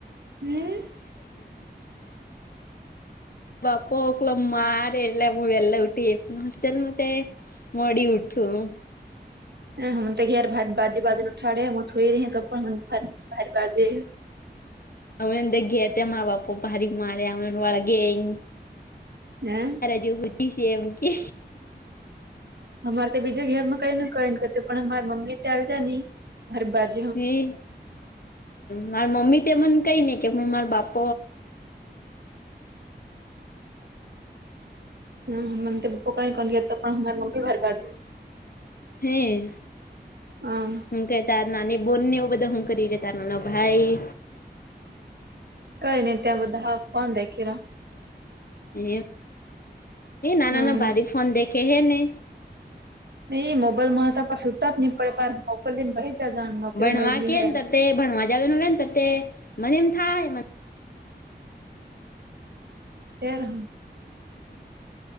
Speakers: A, on the right; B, on the left.
A: હમ
B: બાપા ઓકલો મારે એટલે હું વલા ઉઠી હોસ્ટેલમાં તે મળી ઉઠું
A: હ હમ તો યાર ભ બાજે બાજુ ન ઉઠાડે હમું થોઈ રહી તો પણ ભારે બાજે
B: અ અંદ ગે તે મા બાપો ભરી મારે્યા વાળ ગઈ
A: હમ
B: જ હોતી છે એમ કે
A: અમારે તો બીજું ઘેરમાં કઈને ક ને કું પણ અમાર મમ્મી ત્યા આવજાય નહી હરબાજ
B: હમ મારા મમ્મી તે મને કઈ નઈ કે પણ માર બાપ
A: હ મને તોપોક કરી ગ તો પણર મમ્ી ભારે બાજ
B: હમ
A: હમ
B: હ કેતા નાની બોલને એવું બધા હું કરી લેતા નાના ભાઈ
A: કઈ ન ત્યાં બધા હાફવા દે ખીરા
B: એ એ
A: રહ્યા
B: નાના
A: હમ
B: ના બારી ફોન દેખે હે ને
A: નહી મોબાઈલ મળ હતા પણ સુટ જ નહીં પડેાર મોકલ લને ભહ છે જાણ નોકરી
B: ભણવા
A: મળે ગઈ
B: કે
A: હૈ
B: ને ભણવા જાવનું ને મને એમ થાય
A: ફર હ